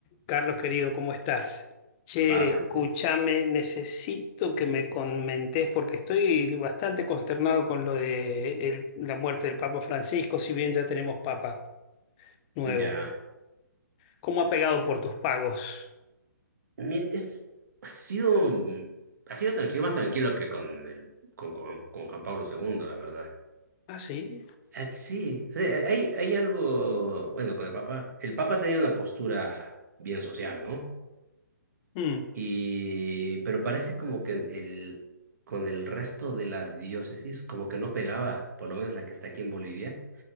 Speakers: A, on the left; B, on the right.
A: Carlos querido, ¿cómo estás? Che,
B: Pablo,
A: escúchame, necesito que me comentes porque estoy bastante consternado con lo de el- la muerte del Papa Francisco, si bien ya tenemos Papa nuevo.
B: ya.
A: ¿Cómo ha pegado por tus pagos?
B: Mi- Es, ha sido, mm, ha sido tranquilo, más tranquilo que con el, con, con, con Juan Pablo segundo la verdad.
A: Ah, sí.
B: Aquí sí, eh, eh, hay, hay algo, bueno, con el Papa. El Papa tenía una postura bien social, ¿no?
A: Mm,
B: Y, pero parece como que el, con el resto de la diócesis, como que no pegaba, por lo menos la que está aquí en Bolivia,